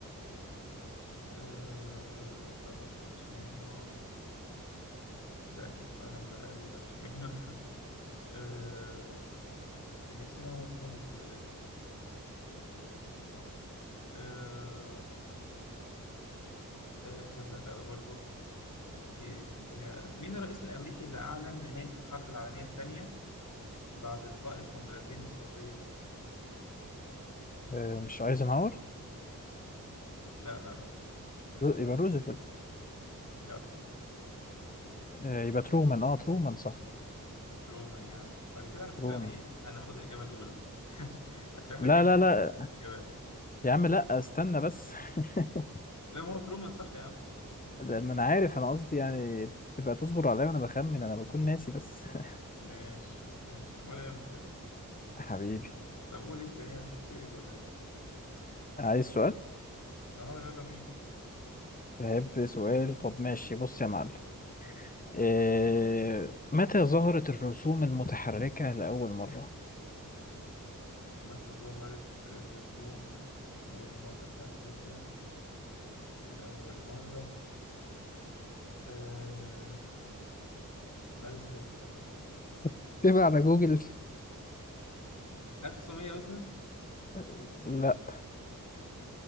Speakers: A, on the left; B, on the left.
A: آه ده برضو بلاش منه ده اكيد سؤال اهبل قوي بلاش منه <laughs> آه إيه الأسئلة مالها سهلت كده ليه آه... آه، ده سهل قوي برضو وفي ايه الدنيا مين الرئيس الامريكي اللي اعلن نهاية الحرب العالمية الثانية بعد القاء القنبلتين الذريتين
B: آه، مش ايزنهاور
A: لا لا لا
B: رو- يبقى روزفلت
A: لا
B: آه، يبقى ترومان اه ترومان صح
A: ترومان يا عم بعد كده على فكرة
B: ترومان
A: انا ايه هناخد الاجابة الاولى <laughs> عشان احنا
B: لا
A: جايبين
B: لا لا
A: ماشية في الاجابات
B: يا عم لا استنى بس <laughs>
A: لا ما هو ترومان صح يا عم
B: لا، ما انا عارف انا قصدي يعني تبقى تصبر عليا وانا بخمن انا بكون ناسي بس <laughs>
A: ماشي ماشي ولا يهمك يلا
B: حبيبي
A: طب قول انت ليه انا مش هتسأل ولا ايه
B: عايز سؤال
A: اه يلا بينا
B: بحب سؤال طب ماشي بص يا معلم إيه متى ظهرت الرسوم المتحركة لأول مرة؟
A: متى ظهرت الرسوم المتحركة لأول مرة آه ده عايز هبدأ
B: <laughs> تبع على جوجل
A: 1900 مثلا
B: <laughs> لا